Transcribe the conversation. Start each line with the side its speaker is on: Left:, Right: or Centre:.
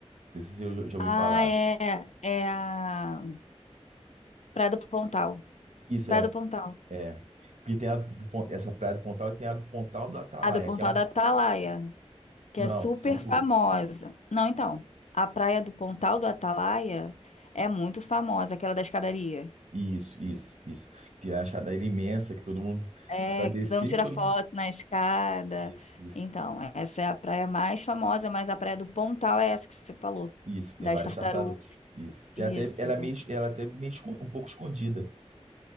Right: Não sei se você já já ouviu
Left: Ah,
Right: falar.
Left: é, é a Praia do Pontal.
Right: Isso
Left: Praia
Right: é,
Left: do Pontal.
Right: é. Porque tem a do, Pon- essa praia do Pontal e tem a do Pontal do Atalaia,
Left: A do Pontal
Right: que é um.
Left: da Atalaia, que
Right: Não,
Left: é super
Right: são duas.
Left: famosa. Não, então, a praia do Pontal do Atalaia é muito famosa, aquela da escadaria.
Right: Isso, isso, isso. Que é a escadaria imensa, que todo mundo.
Left: É,
Right: Para descer,
Left: que não tira
Right: todo
Left: foto
Right: mundo.
Left: na escada.
Right: Isso, isso.
Left: Então, essa é a praia mais famosa, mas a praia do Pontal é essa que você falou,
Right: Isso, tem
Left: das
Right: várias
Left: tartarugas.
Right: tartarugas. Isso. Que
Left: Isso.
Right: é até ela é meio, ela é até meio escon- um pouco escondida.